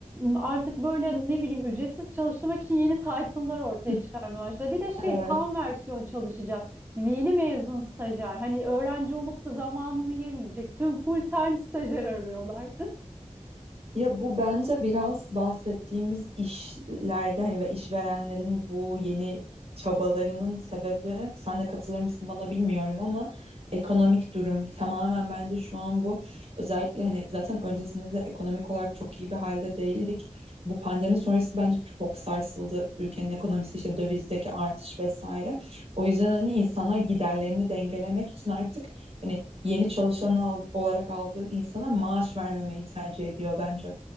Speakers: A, on the right; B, on the right.
A: Artık böyle ne bileyim ücretsiz çalıştırmak için yeni title'lar ortaya
B: Hı.
A: çıkarmaya başladı. Bir de şey
B: Evet.
A: tam versiyon çalışacak. Yeni mezun stajyer. Hani öğrenci olup da zamanını yemeyecek. Tüm full time stajyer arıyorlar.
B: Ya bu bence biraz bahsettiğimiz işlerden ve işverenlerin bu yeni çabalarının sebebi, sen de katılır mısın bana bilmiyorum ama ekonomik durum tamamen bence şu an bu. Özellikle hani zaten öncesinde de ekonomik olarak çok iyi bir halde değildik. Bu pandemi sonrası bence çok sarsıldı ülkenin ekonomisi işte dövizdeki artış vesaire. O yüzden hani insanlar giderlerini dengelemek için artık hani yeni çalışan al- olarak aldığı insana maaş vermemeyi tercih ediyor bence.